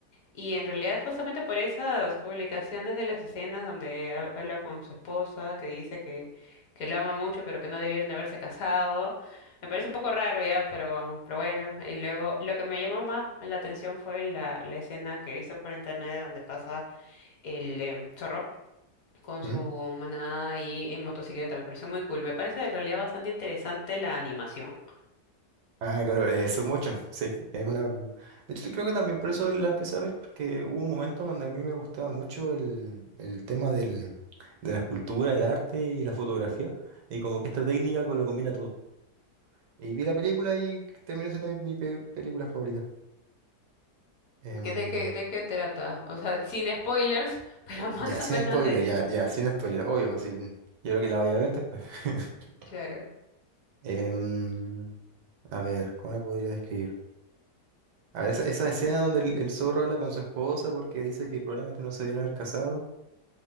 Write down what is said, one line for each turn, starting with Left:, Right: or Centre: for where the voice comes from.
Left: Y en realidad justamente por esas publicaciones de las escenas donde ha- habla con su esposa, que dice que, que lo ama mucho, pero que no debieron haberse casado, me parece un poco raro ya, pero, pero bueno. Y luego lo que me llamó más la atención fue la, la escena que he visto por internet donde pasa el em, zorro con
Right: ¿Mm?
Left: su manada ahí en motocicleta. Me pareció muy cool. Me parece en realidad bastante interesante la animación.
Right: Ah, claro, eso mucho, sí. Es una... De hecho, creo que también por eso la empecé a ver, porque hubo un momento donde a mí me gustaba mucho el, el tema del, de la escultura, el arte y la fotografía, y como que esta técnica co- lo combina todo. Y vi la película y terminó siendo mi, mi pe- película favorita. Em,
Left: Ujú. ¿Qué- ¿De qué, de qué trata? O sea, sin spoilers, <laughs> pero más
Right: Ya,
Left: o
Right: sin
Left: menos,
Right: spoiler,
Left: eh,
Right: ya, ya, sin spoiler, obvio, sí, yo creo que la vaya a ver después. <laughs>
Left: claro.
Right: Em, a ver, ¿cómo la podría describir? A ver, esa, esa escena donde el, el zorro habla con su esposa porque dice que probablemente no se debieron haber casado.